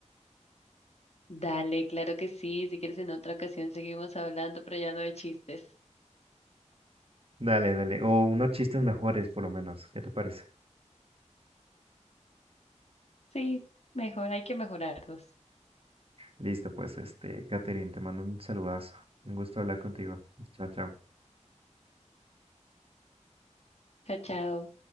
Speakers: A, on the left (about 60°); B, on the right (about 50°).
A: Dale, claro que sí. Si quieres en otra ocasión seguimos hablando, pero ya no de chistes.
B: Dale, dale. O unos chistes mejores por lo menos. ¿Qué te parece?
A: Sí, mejor, hay que mejorarlos.
B: Listo, pues este Katherine, te mando un saludazo. Un gusto hablar contigo. Chao, chao.
A: Chao, chao.